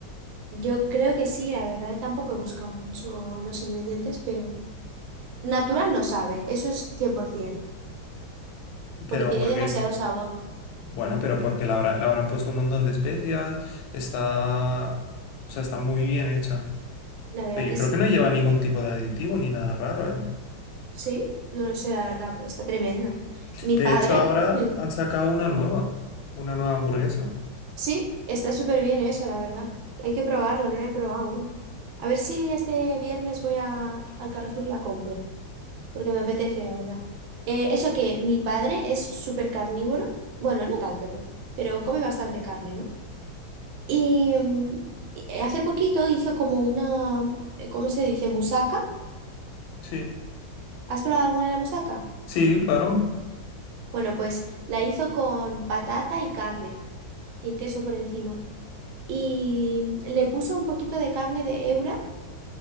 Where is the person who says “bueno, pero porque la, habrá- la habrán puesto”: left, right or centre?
Left